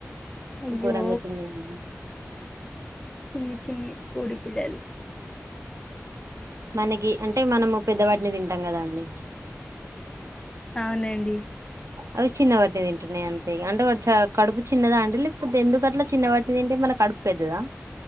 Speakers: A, on the left; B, on the right.
A: అయ్యో
B: ఘోరంగా తిన్నయండి
A: చిన్ని చిన్ని కోడి పిల్లలు
B: మనకి అంటే మనము పెద్దవాటిని తింటాం కదా అండి
A: అవునండి
B: అవి చిన్న వాటిని తింటున్నాయి అంతే అంటే వ చ కడుపు చిన్నదా అండి లేకపోతే ఎందుకు అట్లా చిన్న వాటిని తింటయ్ మన కడుపు పెద్దదా